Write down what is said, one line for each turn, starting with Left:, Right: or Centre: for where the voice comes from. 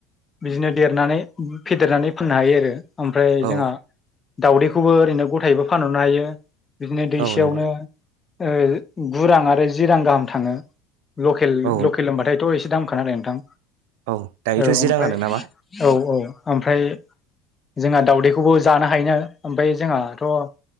Left: बिदिनो देरनानै फेदेरनानै फोननो हायो आरो। ओमफ्राय
Right: औ
Left: जोंहा दाउदैखौबो ओरैनो गथायैबो फानहरनो हायो। बिदिनो दैसेयावनो
Right: औ नंगौ
Left: ओ गु रां आरो जि रां गाहाम थाङो। लकेल-लकेल
Right: औ
Left: होमबाथायथ' एसे दामखानालाय नोंथां।
Right: औ दायोथ'
Left: औ
Right: जि
Left: ओमफ्राय
Right: राङानो नामा
Left: औ-औ ओमफ्राय जोंहा दावदैखौबो जानो हायोना ओमफाय जोंहाथ'।